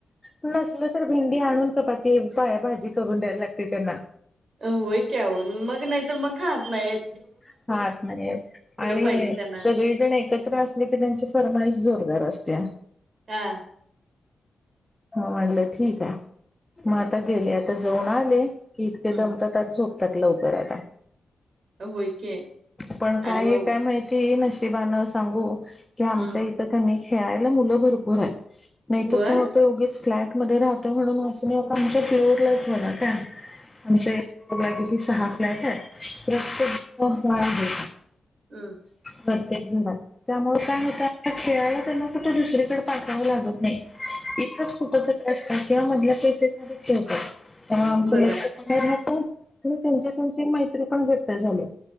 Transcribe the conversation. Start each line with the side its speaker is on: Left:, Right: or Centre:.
Left: नसल तर भेंडी आणून चपाती पाया भाजी. भाजी करून द्यायला लागते त्यांना.
Right: होय की, आहों मग नाहीतर मग खात नाही.
Left: ह खात नाही, आणि
Right: पाहिजे त्यांना.
Left: सगळेजण एकत्र असले की त्यांची फरमाईश जोरदार असते. असत्या.
Right: हा.
Left: म म्हटलं ठीक आहे, मग आता गेले आता जाऊन आले. की इतके
Right: हं,
Left: दमतात झोप झोपतात लवकर आता.
Right: होय की.
Left: पण
Right: आणि
Left: काय-काय
Right: मग
Left: माहिती ना नशिबानं सांगू. की आमच्या
Right: हं,
Left: इथं कणी. खेळायला मुलं भरपूर आहेत. नाहीतर
Right: होय?
Left: काय होतं ऊगीच. फ्लॅटमध्ये राहतोय म्हणून असं नाही आमच्या पीलोड लाईट बघा काय. आमच्या ईथे तुला किती. सहा फ्लॅट हाय. रस्ते. बाळ आहे.
Right: हम्म.
Left: प्रत्येक घरात त्यामुळ काय हु <unintelligible> खेळायला त्यांना कुठं दुसरीकडं पाठवावं लागत नई. इथंच कुठं तरी असतात. किंवा मधल्या पॅसेज मध्ये खेळतात. तर आमचं
Right: बघा.
Left: लक्ष थोडं राहतच. मी त्यांच्या तुमची माहित तरीपण घट्ट झालय.